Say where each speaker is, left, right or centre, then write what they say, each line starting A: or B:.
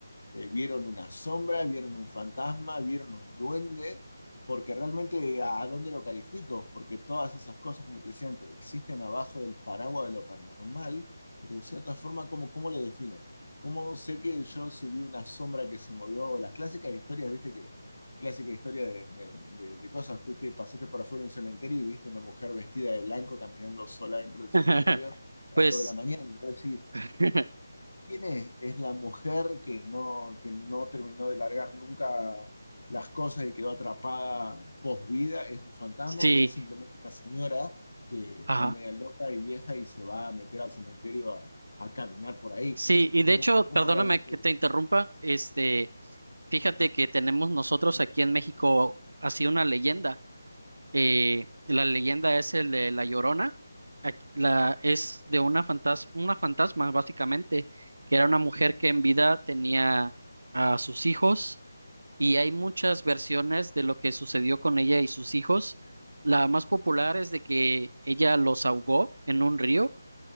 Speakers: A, on the left; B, on the right.
A: Eh, vieron una sombra, vieron un fantasma, vieron un duende, porque realmente a, a dónde lo califico, porque todas esas cosas, como te decía antes, existen abajo del paraguas de lo paranormal, pero de cierta forma, ¿cómo, cómo lo defino? ¿Cómo sé que yo si vi una sombra que se movió? Las clásicas historias, viste que clásica historia de, de- de- de cosas, fuiste, pasaste por afuera de un cementerio y viste una mujer vestida de blanco caminando sola dentro del cementerio
B: <laughs>
A: a
B: Pues
A: las 2 de la mañana, y vos decís,
B: <laughs>
A: ¿Quién es? Es la mujer que no, que no terminó de largar nunca las cosas y quedó atrapada post vida, ¿es un fantasma
B: sí,
A: o es simplemente una señora que
B: ajá.
A: está media loca y vieja y se va a meter al cementerio a, a caminar por ahí?
B: Sí, y
A: ¿Cómo,
B: de hecho,
A: cómo
B: perdóname
A: realmente?
B: que te interrumpa, este, fíjate que tenemos nosotros aquí en México así una leyenda. Eh, la leyenda es el de La Llorona. Ac- La, es de una fantas- una fantasma, básicamente, que era una mujer que en vida tenía a sus hijos y hay muchas versiones de lo que sucedió con ella y sus hijos. La más popular es de que ella los ahogó en un río